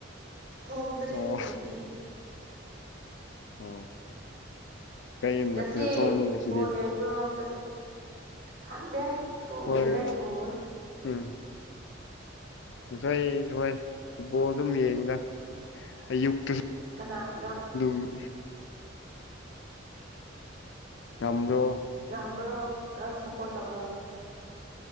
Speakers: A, on the right; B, on the left.
A: ꯊꯣꯡꯗ꯭ꯔꯤ
B: ꯑꯣ
A: ꯊꯣꯡꯗ꯭ꯔꯤ
B: ꯑꯣ ꯀꯩ
A: ꯉꯁꯤ
B: ꯃꯊꯦꯜ ꯊꯣꯡꯅꯤ ꯉꯁꯤꯗꯤ
A: ꯕꯣꯜ ꯌꯦꯡꯕ꯭ꯔꯣ ꯉꯁꯤ ꯈꯪꯗꯦ ꯊꯣꯡꯎꯗ꯭ꯔꯤ
B: ꯍꯣꯏ
A: ꯑꯩ ꯊꯣꯡꯉꯣꯏ
B: ꯎꯝ ꯉꯁꯥꯏ ꯑꯩ ꯍꯣꯏ ꯐꯨꯠꯕꯣꯜ ꯑꯗꯨꯝ ꯌꯦꯡꯉꯤꯗ ꯑꯌꯨꯛꯇꯨꯁꯨ
A: ꯀꯅꯥꯒ
B: ꯎꯝ ꯎꯝ ꯅꯝꯕ꯭ꯔꯣ
A: ꯉꯝꯕ꯭ꯔꯣ ꯅ ꯁꯞꯄꯣꯔꯠ ꯇꯧꯕꯗꯣ